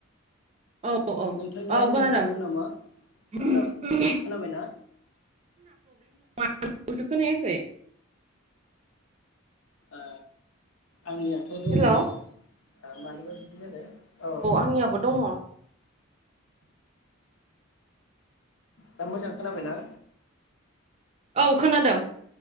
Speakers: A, on the right (about 30°); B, on the left (about 70°).
A: औ औ
B: नोंथांनिया
A: औ
B: नया
A: खोनादों
B: प्रब्लेम नामा
A: आंना
B: खोना खोनाबायना।
A: आंखौसो खोनायाखै।
B: ओ आंनियाथ' दङमोन।
A: हेलौ
B: ओ मानोबा बिदि जादो। औ ओ
A: आंनियाबो दङ
B: दा मोजां खोनाबायना?
A: खोनादोंं।